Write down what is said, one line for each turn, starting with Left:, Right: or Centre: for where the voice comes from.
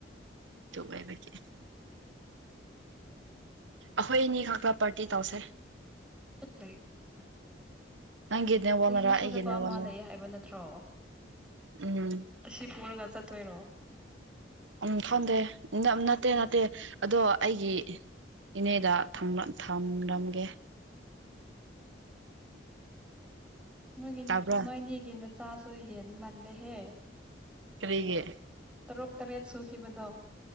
Right: ꯑꯗꯨ ꯑꯣꯏꯕꯒꯤ ꯑꯩꯈꯣꯏ ꯑꯅꯤ ꯈꯛꯇ ꯄꯥꯔꯇꯤ ꯇꯧꯁꯦ
Centre: <unintelligible>
Right: ꯅꯪꯒꯤ ꯅꯦꯠꯋꯥꯛꯅꯔꯥ
Centre: ꯆꯍꯤ ꯁꯨꯗꯕ
Right: ꯑꯩꯒꯤ ꯅꯦꯠꯋꯥꯛꯅꯔ
Centre: ꯑꯃ ꯂꯩ ꯍꯥꯏꯕ ꯅꯠꯇ꯭ꯔꯣ
Right: ꯎꯝ
Centre: ꯑꯁꯤ ꯄꯨꯔꯒ ꯆꯠꯇꯣꯏꯔꯣ
Right: ꯎꯝ ꯈꯪꯗꯦ ꯅꯠꯇꯦ ꯅꯠꯇꯦ ꯑꯗꯣ ꯑꯩꯒꯤ ꯏꯅꯦꯗ ꯊꯝꯂꯝꯒꯦ
Centre: <inaudible> ꯅꯣꯏꯒꯤꯅ
Right: ꯇꯥꯕ꯭ꯔꯥ
Centre: ꯅꯣꯏꯅꯤꯒꯤ ꯅꯆꯥꯁꯨ ꯍꯦꯟꯃꯜꯂꯦꯍꯦ
Right: ꯀꯔꯤꯒꯤ
Centre: ꯇꯔꯨꯛ ꯇꯔꯦꯠ ꯁꯨꯈꯤꯕꯗꯣ